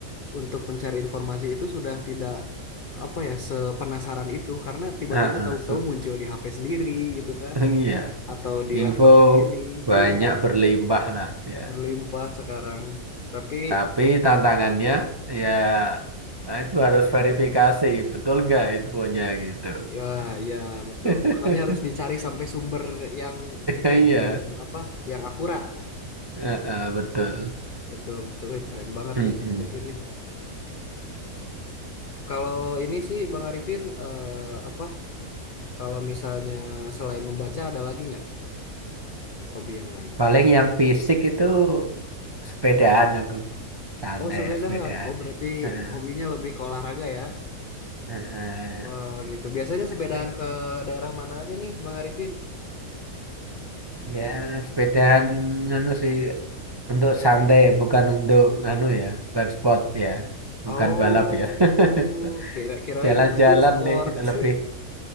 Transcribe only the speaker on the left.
untuk mencari informasi itu sudah tidak apa ya sepenasaran itu karena tiba-tiba
tahu-tahu
muncul di HP sendiri gitu kan
atau di
laptop sendiri.
Iya,
berlimpah sekarang. Tapi
ya ya betul.
Makanya harus dicari sampai sumber yang ini
ya, yang apa? Yang akurat. <laughs>
Betul, betul. Wih, keren banget
nih Bang Arifin nih. Kalau ini sih Bang Arifin eh, apa? Kalau misalnya selain membaca ada lagi nggak hobi yang lain?
Oh, sepedahan.
Oh, berarti
hobinya lebih ke olahraga ya.
Wah, gitu. Biasanya sepedahan
ke daerah mana aja nih Bang Arifin?
Oh,
kira kirain
untuk sport.
<laughs>